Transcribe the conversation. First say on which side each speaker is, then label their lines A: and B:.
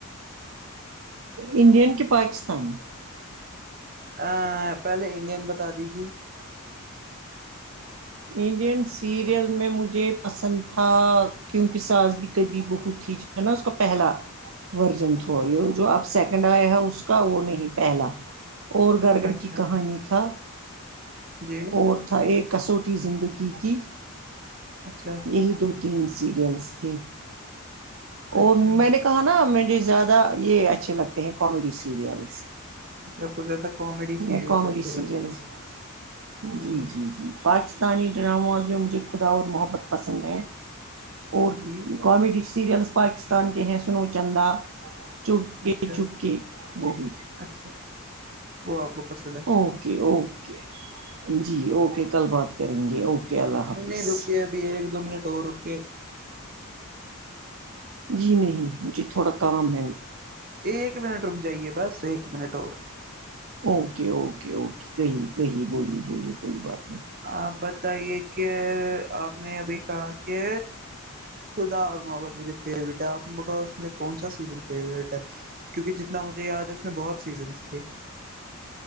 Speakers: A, on the right (about 65°); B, on the right (about 40°).
A: انڈین کہ پاکستانی
B: ا پہلے انڈین بتا دیجیے
A: انڈین سیریل میں مجھے پسند تھا کیونکہ ساس بھی کبھی بہت تھی جو ہے نا اس کا پہلا ورژن تھ یہ جو آپ سیکنڈ آئے ہے اس کا وہ نہیں پہلا اور گر گر
B: اچھا
A: کی کہانی تھا
B: جی
A: اور تھا ایک کسوٹی زندگی کی
B: اچھا
A: ہی دو تین سیریلس تھے
B: اچھا
A: اور میں نے کہ کہ نا مجھے زیادہ یہ اچھے لگتے ہیں کامیڈی سیریل
B: اب کچ زد کامیڈی سیریلس
A: میں کامیڈی
B: اچھے
A: سیریلس
B: لگتے ہیں
A: جی جی جی پاکستانی ڈراماز میں مجھے خدا اور محبت پسند ہے اور
B: جی
A: کامیڈی سیریلس پاکستان کے ہیں سنو چندا چپ کے
B: اچھا
A: چپ کے وہ ہوئی
B: اچھا وہ آپ کو پسند ہے
A: اوکے اوکے جی اوکے کل بات کریں گے اوکے اللہ حافظ
B: نہیں نہیں رکے اب ایک دو منٹ اور رکے
A: جی نہیں مجھے تھوڑا کام ہے
B: ایک منٹ رک جائیے بس ایک منٹ اور
A: اوکے اوکے اوکے کہیے کہی بولیے بولیے کوئی بات نہیں
B: آپ بتائیے کہ آپ نے ابھی کہا کہ خدا اور محبت مجھے فیوریٹ ہے آپ اس میں کون سا سیزن فیوریٹ ہے کیونکہ جتنا مجھے یاد ہے اس میں بہت سیزنس تھے